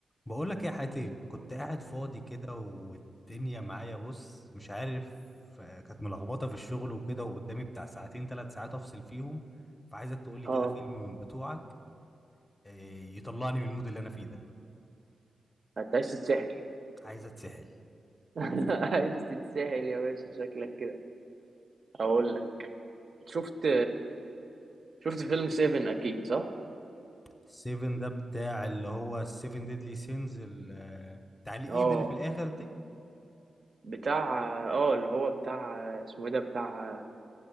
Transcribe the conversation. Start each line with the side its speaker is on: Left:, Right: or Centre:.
Left: بقول لك يا حاتم كنت قاعد فاضي كده والدنيا معايا بص مش عارف آه، كانت ملخبطه في الشغل وكده وقدامي بتاع ساعتين ثلاث ساعات افصل فيهم فعايزك تقول لي
Right: اه
Left: كده فيلم من بتوعك آه، يطلعني من المود اللي انا فيه ده
Right: <laughs> انت عايز تتسحل
Left: عايز اتسحل
Right: <laughs> عايز تتسحل يا باشا شكلك كده اقول لك شفت شفت فيلم 7 اكيد صح
Left: السيفن ده بتاع اللي هو السيفن ديدلي سينز بتاع الايد
Right: اه
Left: اللي في الاخر دي
Right: بتاع اه اللي هو بتاع اسمه ايه ده بتاع